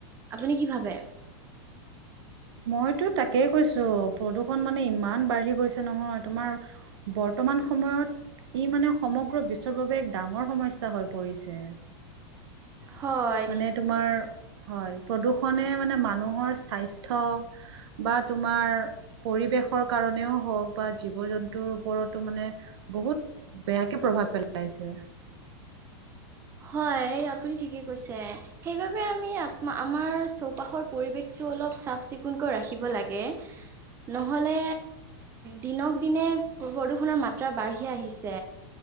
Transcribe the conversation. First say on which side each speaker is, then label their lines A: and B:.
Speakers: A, on the right (about 15°); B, on the right (about 70°).
A: আপুনি কি ভাবে? <inaudible>
B: মইতো তাকেই কৈছো প্ৰদূষণ মানে ইমান বাঢ়ি গৈছে নহয় তোমাৰ বৰ্তমান সময় সময়ত ই মানে সমগ্ৰ বিশ্বৰ বাবে এক ডাঙৰ সমস্যা হৈ পৰিছে।
A: হয়
B: মানে
A: ঠিক
B: তোমাৰ হয় প্ৰদূৰষণে মানে মানুহৰ স্বাস্থ্য বা তোমাৰ পৰিবেশ শৰ কাৰণেও হওক বা জীৱ জন্তুৰ ওপৰতো মানে বহুত বেয়াকে প্ৰভাৱ পেলাইছে।
A: হয় আপুনি ঠিকেই কৈছে সেইবাবে আমি আমাৰ চৌপাশৰ পৰিৱেশটো অলপ চাফ চিকুণকৈ ৰাখিব লাগে নহলে দিনক দিনে প্ৰদূষণৰ মাত্ৰা বাঢ়ি আহিছে।